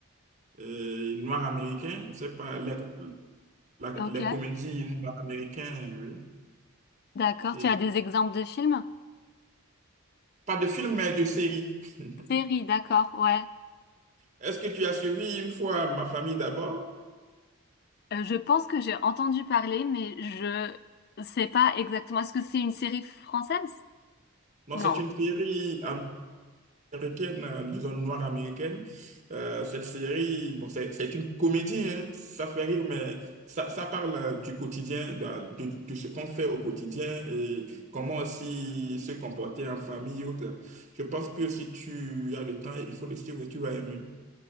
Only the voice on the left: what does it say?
Ok,
d'accord.
Tu as des exemples de films?
Série, d'accord, ouais.
Euh, je pense que j'ai entendu parler, mais je sais pas exactement. Est-ce que c'est une série française?
Non.